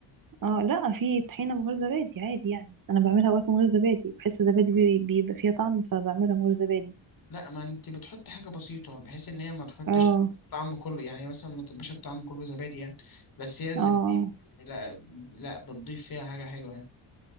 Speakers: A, on the right (about 45°); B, on the left (about 45°).
A: اه لا في طحينة من غير زبادي عادي يعني انا بعملها وقت من غير زبادي بحس الزبادي بي- بيبقى فيها طعم فبعملها من غير زبادي
B: لا ما انت بتحط حاجه بسيطه بحيث ان هي ما تحطش
A: اه
B: طعم كله يعني هي مثلا ما تبقاش الطعم كله زبادي يعني بس هي الزبادي
A: اه آه.
B: لا لا بتضيف فيها حاجه حلوه يعني